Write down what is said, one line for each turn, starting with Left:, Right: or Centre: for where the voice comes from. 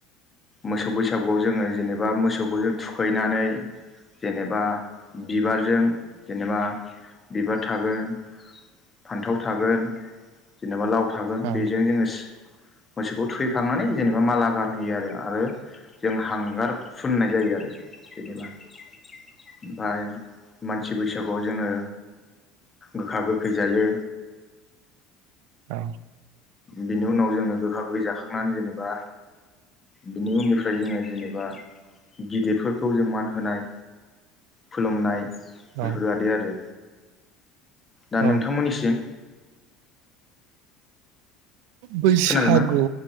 Left: मोसौ बैसागुआव जोङो जेनेबा मोसौ खौ जों थुखैनानै जेनेबा बिबारजों जेनेबा बिबार थागोन फान्थाव थागोन जेनेबा लाव थागोन
Right: औ
Left: बेजों जोङो सि मोसौखौ थुखैखांनानै जेनेबा माला गानहोयो आरो आरो जों हांगार फुननाय जायो आरो जेनेबा। ओमफाय मानसि बैसागुआव जोङो गोखा गोखै जायो।
Right: औ
Left: बिनि उनाव जोङो गोखा गोखै जाखांनानै जेनेबा बिनि उननिफ्राय जोङो जेनेबा गिदिरफोरखौ जों मान होनाय खुलुमनाय बेफोरबादि
Right: औ
Left: आरो दा नोंथांमोननिसिं
Right: औ बैसागु
Left: खोनादोंना